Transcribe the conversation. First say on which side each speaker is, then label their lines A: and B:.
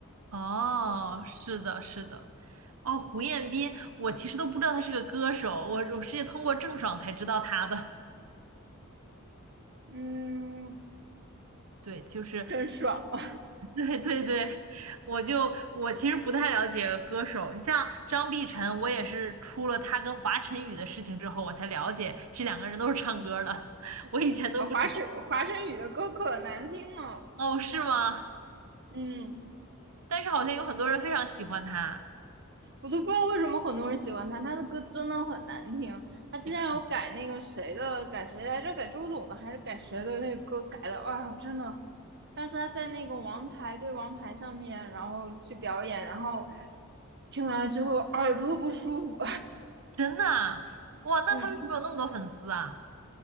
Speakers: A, on the right; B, on the right.
A: 哦，是的，是的，哦，胡彦斌，我其实都不知道他是个歌手，我我是通过郑爽才知道他的。
B: 嗯，
A: 对，就是
B: 真爽嘛！
A: 对对对，我就我其实不太了解歌手，你像张碧晨，我也是出了他跟华晨宇的事情之后，我才了解这两个人都是唱歌的，<laughs> 我以前都不知道。
B: 啊，华晨华晨宇的歌可难听了。
A: 哦，是吗？
B: 嗯。
A: 但是好像有很多人非常喜欢他，
B: 我都不知道为什么很多人喜欢他，他的歌真的很难听。他之前有改那个谁的，
A: 天呐，
B: 改谁来着？改周董的还是改谁的那个歌改的？哎呀，真的。但是他在那个王牌对王牌上面，然后去表演，然后听完了之后耳朵不舒服。
A: 真的啊，哇，那他为什么有那么多粉丝啊？
B: <laughs> 嗯，